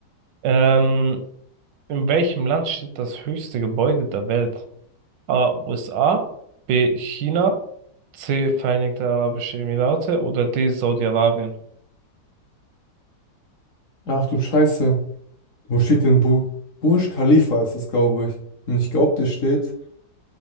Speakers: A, on the right; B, on the left.
A: ähm, in welchem Land steht das höchste Gebäude der Welt? A. USA, B. China, C. Vereinigte Arabische Emirate oder D. Saudi-Arabien?
B: Ach du Scheiße. Wo steht denn Bur Burj Khalifa ist es, glaube ich. Und ich glaube, das steht,